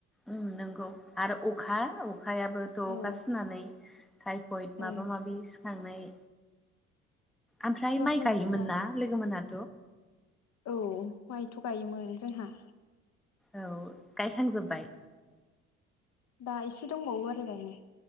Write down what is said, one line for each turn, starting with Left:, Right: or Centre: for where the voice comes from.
Centre: उम नोंगौ आरो अखा अखायाबोथ अखा
Left: औ
Centre: सिनानै टाइफयड माबा
Left: ओं
Centre: माबि सिखांनाय ओमफ्राय
Left: सरासनस्रा
Centre: माइ गायोमोन ना लोगो मोना
Left: औ माइथ गायोमोन जोंहा
Centre: औ गायखांजोबबाय।
Left: दा एसे दंबावो आरो गायनो